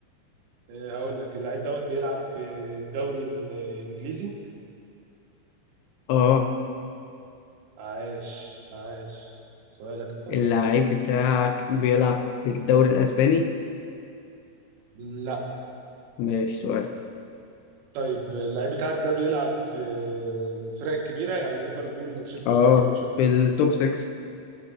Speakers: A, on the right (about 80°); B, on the left (about 80°).
A: إيه، هقول لك اللعيب دوت بيلعب في الدوري الانجليزي
B: اه
A: عاش عاش سؤالك اتفضل
B: اللعيب بتاعك بيلعب في الدوري الاسباني
A: لا
B: ماشي سؤال
A: طيب اللعيب بتاعك ده بيلعب في الفرق الكبيره يعني ليفربول مانشستر
B: اه
A: سيتي مانشستر
B: في التوب 6